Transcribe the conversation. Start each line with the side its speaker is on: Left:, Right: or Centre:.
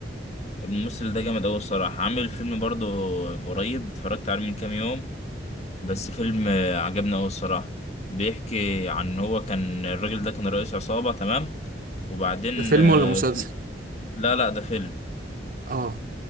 Left: الممثل ده جامد قوي الصراحه عامل فيلم برضه قريب اتفرجت عليه من كام يوم بس فيلم آه، عجبني قوي الصراحه بيحكي عن إن هو كان الراجل ده كان رئيس عصابه تمام وبعدين
Right: ده فيلم
Left: آه،
Right: ولا مسلسل؟
Left: في لا لا ده فيلم
Right: أه